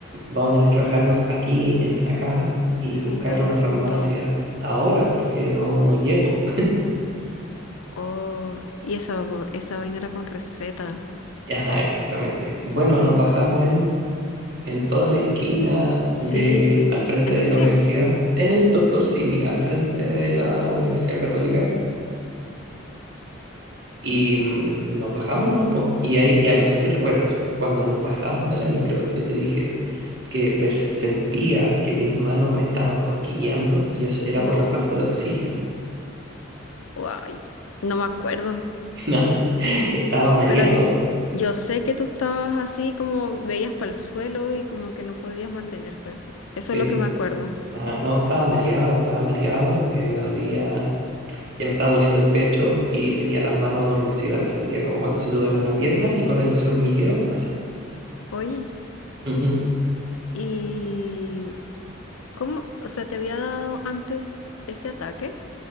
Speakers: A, on the right (about 55°); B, on the left (about 85°).
A: vamos a tener que bajarnos aquí, en acá, y
B: Sí,
A: buscar
B: interrumpimos
A: una farmacia
B: todo.
A: ahora porque no, no llego. <laughs>
B: Oh, y esa, esa vaina era con receta.
A: Ajá, exactamente. Bueno, nos bajamos en, en toda la esquina
B: Sí,
A: de,
B: sí,
A: al frente
B: en
A: de
B: el
A: la
B: CIME.
A: universidad, en el Doctor Simi, al frente de la Universidad Católica. Y mm, nos bajamos nomás, po. Y ahí ya, no sé si recuerdas, cuando nos bajamos de la micro, yo te dije que pers- sentía que mis manos me estaban cosquilleando y eso era
B: No.
A: por la falta de oxígeno.
B: Ay, no me acuerdo,
A: No, <laughs> estaba mareado.
B: pero y- yo sé que tú estabas así como veías para el suelo y como que no podías mantenerte. Eso
A: Sí,
B: es lo que me acuerdo.
A: ajá, no, estaba mareado, estaba mareado. eh, me dolía, ya me estaba doliendo el pecho y tenía las manos adormecidas. las sentía como cuando se te duerme una pierna y con el ese hormigueo, así.
B: Oye,
A: Ujú.
B: ¿y cómo, o sea, te había dado antes ese ataque?